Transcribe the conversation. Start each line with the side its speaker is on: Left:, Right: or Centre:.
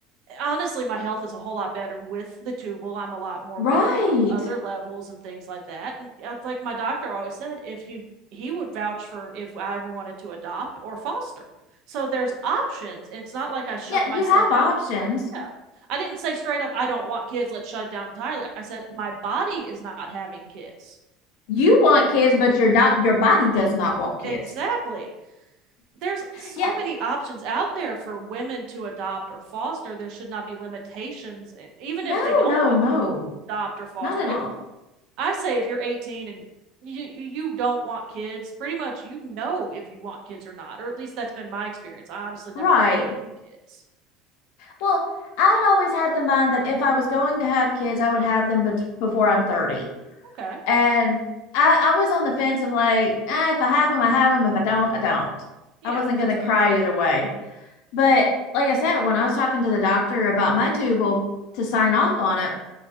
Right: honestly my health is a whole lot better with the tubal i'm a lot more
Left: right.
Right: regular on other levels and things like that and yeah, it's like my doctor always said if he he would vouch for if i ever wanted to adopt or foster so there's options it's not like i shut
Left: Yeah,
Right: myself
Left: you have
Right: out
Left: options.
Right: yeah i didn't say straight up i don't want kids let's shut it down entirely i said my body is not having kids
Left: You want kids, but your do your body does not want kids.
Right: exactly
Left: <laughs>
Right: there's so
Left: Yeah,
Right: many options out there for women to adopt or foster. There should not be limitations, and even
Left: no,
Right: if they don't
Left: no,
Right: want
Left: no,
Right: to adopt or foster.
Left: not at
Right: If
Left: all.
Right: I say if you're 18 and you you don't want kids, pretty much you know if you want kids or not, or at least that's been my experience. I honestly never
Left: Right.
Right: wanted kids.
Left: Well, I'd always had the mind that if I was going to have kids, I would have them bet before I'm 30.
Right: Okay,
Left: And I, I was on the fence of like, eh, if I have them, I have them. If I don't, I don't.
Right: yeah,
Left: I wasn't
Right: that's
Left: going to cry
Right: fair.
Left: either way. But like I said, when I was talking to the doctor about my tubal to sign off on it,